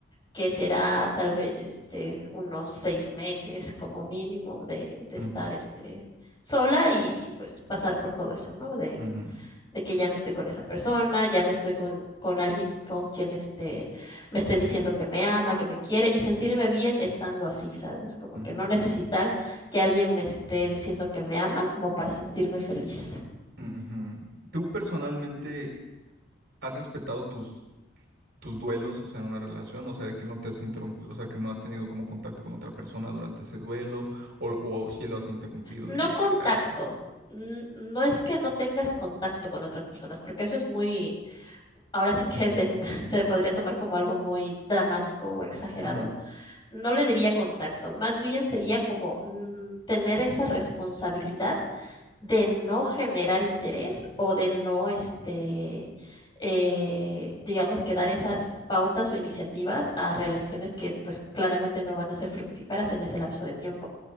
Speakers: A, on the left (about 20°); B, on the right (about 55°).
A: que será tal vez este, unos seis meses como mínimo de, de estar
B: Ujú,
A: este, sola y pues pasar por todo eso, ¿no? De,
B: ujú,
A: de que ya no estoy con esa persona, ya no estoy con, con alguien con quien este, me esté diciendo que me ama, que me quiere y sentirme bien estando así, ¿sabes? Como
B: ujú,
A: que no necesitar que alguien me esté diciendo que me ama como para sentirme feliz.
B: ujú. ¿Tú personalmente has respetado tus tus duelos, o sea, en una relación, o sea, de que no te has intro- o sea, que no has tenido como contacto con otra persona durante ese duelo, o, o si lo has interrumpido
A: No
B: y de
A: contacto.
B: que, ah,
A: n- No es que no tengas contacto con otras personas, porque eso es muy, ahora sí que de- <laughs> se podría tomar como algo muy dramático o exagerado,
B: ujú,
A: no le diría contacto, más bien sería como mm, tener esa responsabilidad de no generar interés o de no, este, eh, digamos que dar esas pautas o iniciativas a relaciones que pues claramente no van a ser fructíferas en ese lapso de tiempo.